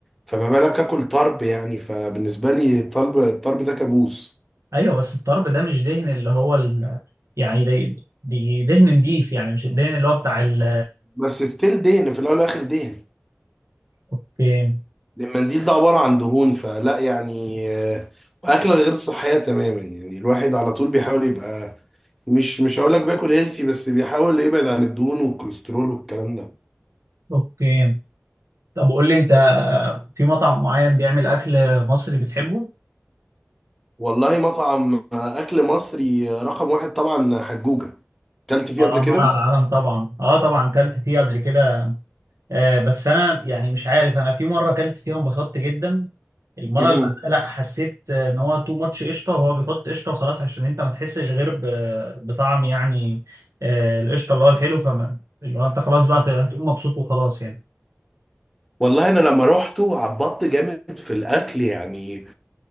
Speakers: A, in the centre; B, on the right.
A: فما بالك آكل طرب يعني فبالنسبة لي الطرب الطرب ده كابوس
B: ايوه بس الطرب ده مش دهن اللي هو ال... يعني دي... دي دهن نضيف يعني مش الدهن اللي هو بتاع ال
A: بس ستيل دهن في الأول والآخر دهن
B: اوكي
A: المنديل ده عبارة عن دهون فلا يعني آه وأكلة غير صحية تماما يعني الواحد على طول بيحاول يبقى مش مش هقول لك بياكل هيلثي بس بيحاول يبعد عن الدهون والكوليسترول والكلام ده
B: اوكي طب قول لي انت في مطعم معين بيعمل اكل مصري بتحبه؟
A: والله مطعم اكل مصري رقم واحد طبعا حجوجة اكلت فيه
B: اه
A: قبل كده
B: مر على العالم طبعا اه طبعا كلت فيه قبل كده آه، بس انا يعني مش عارف انا في مره اكلت فيها انبسطت جدا المره
A: مهم.
B: اللي بعدها لا حسيت آه، ان هو تو ماتش قشطه وهو بيحط قشطه وخلاص عشان انت ما تحسش غير ب- بطعم يعني آه، القشطه اللي هو الحلو فما اللي هو انت خلاص بقى هت- هتقوم مبسوط وخلاص يعني
A: والله انا لما روحته عبطت جامد في الاكل يعني